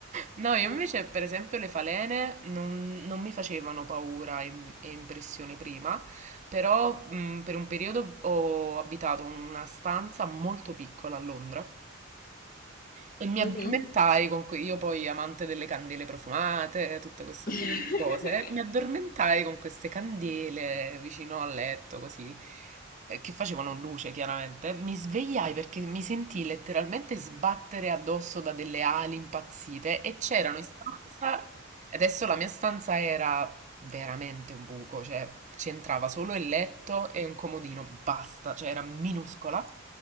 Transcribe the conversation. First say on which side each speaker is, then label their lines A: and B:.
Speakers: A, on the right; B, on the left.
A: No, io
B: <laughs>
A: invece, per esempio, le falene non, non mi facevano paura e, e impressione prima, però mh, per un periodo ho abitato in una stanza molto piccola a Londra e mi
B: Mhm.
A: addormentai con que- io poi amante delle candele profumate, tutto questo
B: <laughs>
A: genere di cose, mi addormentai con queste candele vicino al letto, così, eh, che facevano luce chiaramente. Mi svegliai perché mi sentii letteralmente sbattere addosso da delle ali impazzite e c'erano in stanza, e adesso la mia stanza era veramente un buco, cioè c'entrava solo il letto e un comodino, basta, cioè era minuscola.